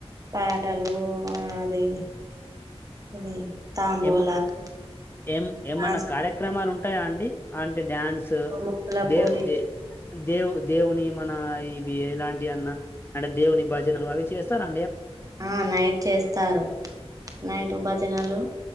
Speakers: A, on the right; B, on the left.
A: పాటలు అది ఇది తాంబూలాలు
B: ఎమ్ ఏం ఏమన్నా
A: డాన్స్
B: కార్యక్రమాలు ఉంటాయా అండి అంటి డ్యాన్స్
A: ముగ్గుల
B: దేవ్
A: పోటీ
B: దే దేవు దేవుని మన ఇది ఎలాంటి అన్నా అంటే దేవుని భజనలు అవి చేస్తారా
A: ఆ నైట్ చేస్తారు నైట్ భజనలు